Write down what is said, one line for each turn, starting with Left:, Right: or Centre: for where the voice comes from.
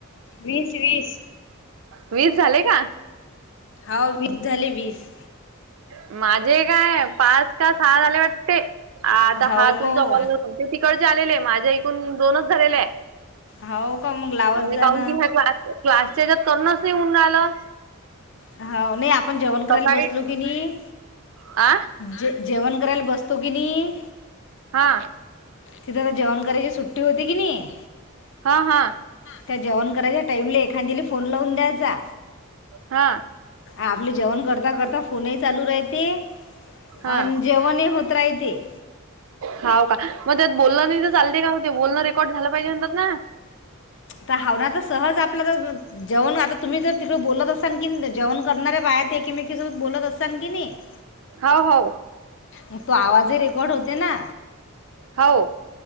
Left: वीस वीस
Right: वीस झाले का
Left: होा वीस झाले वीस
Right: अ माझे काय पाच का सहा झाले वाटते आ आता
Left: हाव
Right: हा तुमचा
Left: का ओ.
Right: कॉल ते तिकडचे आलेले आहे माझ्या इकून दोनच झालेले आहे
Left: हो का मग लावत
Right: म्हणजे
Left: जाण
Right: काउन की क्लास क्लासच्यात करणच नाही म्हऊन राहिलं
Left: हा नाही आपण जेवण करायला
Right: सकाळी
Left: बसलो की नाही
Right: आ
Left: जे जेवण करायला बसतो की नाही
Right: हा
Left: तिथ आ जेण कराची सुट्टी होती की नाही.
Right: हा हा.
Left: त्या जेवण करायच्या टाइमला एखाद्याला फोन लावून द्यायचा..
Right: हा.
Left: आपले जेवण करता करता फोनही चालू राहते
Right: हा
Left: अ जेवण होत राहिते.
Right: होा का मग त्यात बोलण नाही तर चालते का हो ते बोलणं रेकॉर्ड झालं पाहिजे म्हणतात ना..
Left: तर हावना तर सहज आपल्या तर. जेवण आता तुम्ही जर तिकडे बोलत असाल की जेवण करणा्या बाहे आहेत एकमेकीसोबत बोलत असाल की नाही. <inaudible>
Right: हो हो
Left: म तो आवाजही रेकॉर्ड होते ना.
Right: हो.